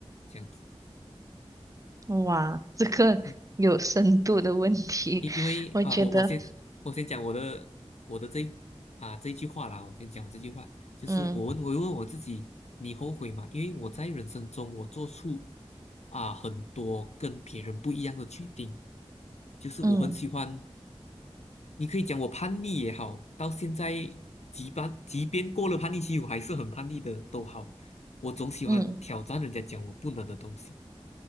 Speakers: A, on the left (about 80°); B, on the right (about 30°).
A: 这样子，
B: 哇，这个有深度的问题，
A: 嗯，因因为啊、
B: 我觉得，
A: 我我先我先讲我的我的这一啊、这一句话啦，我先讲我这句话，就是我问我问我自己，
B: 嗯
A: 你后悔吗？因为我在人生中我做出啊、很多跟别人不一样的决定。就是我很喜欢
B: 嗯
A: 你可以讲我叛逆也好，到现在即便即便过了叛逆期，我还是很叛逆的都好，我总喜欢挑战人家讲我不能的东西，
B: 嗯，